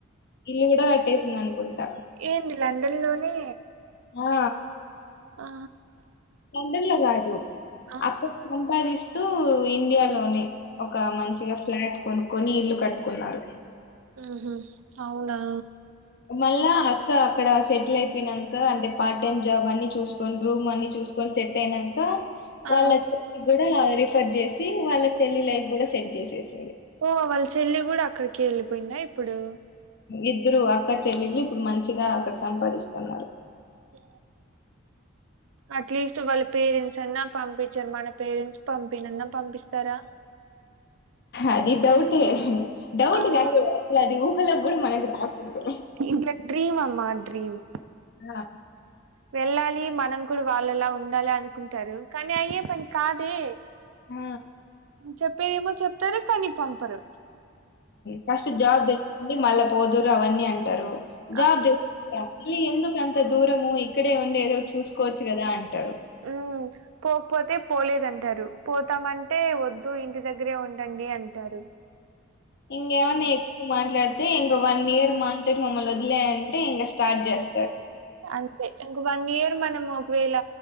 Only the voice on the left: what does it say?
ఇల్లు కూడా కట్టేసింది అనుకుంటా
ఆ
మండలగాదు
అక్కడ సంపాదిస్ ఇండియాలోనే ఒక మంచిగా ఫ్లాట్ కొనుక్కొని ఇల్లు కట్టుకున్నారు
మళ్ళా అక్క అక్కడ సెటిల్ అయిపోయినంక అంటే పార్ట్ టైమ్ జాబ్ అన్ని చూసుకోని రూమ్ అన్ని చూసుకో సెట్ అయినంక
వాళ్ళ చెల్లి కూడా రిఫర్ చేసి వాళ్ళ చెల్లి లైఫ్ కూడా సెట్ చేసేసి
ఇద్దరు అక్క చెల్లిళ్లు ఇప్పుడు మంచిగా అక్కడ సంపాదిస్తున్నారు
అది డౌటే డౌట్
కాదు అసలా అది ఊహలో కూడా మనకు రాకూడదు
ఆ
ఆ
ఫస్ట్ జాబ్ తెచ్చుకోండి మళ్ళా పోదురు అవన్నీ అంటారు జాబ్
చే మళ్ళీ ఎందుకు అంత దూరము ఇక్కడే ఉండే ఏదో చూసుకోవచ్చు కదా అంటారు <inaudible>
ఇంగేమన్నా
ఎక్కువ మాట్లాడితే ఇంగా వన్ ఇయర్ మా మమ్మల్ని వదిలేయ్ అంటే ఇంగా స్టార్ట్ చేస్